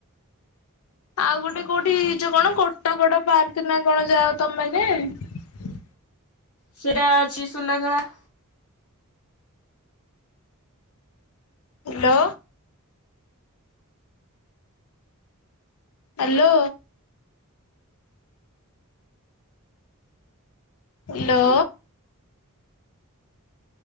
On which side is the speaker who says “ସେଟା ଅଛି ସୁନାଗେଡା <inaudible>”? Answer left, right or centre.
Left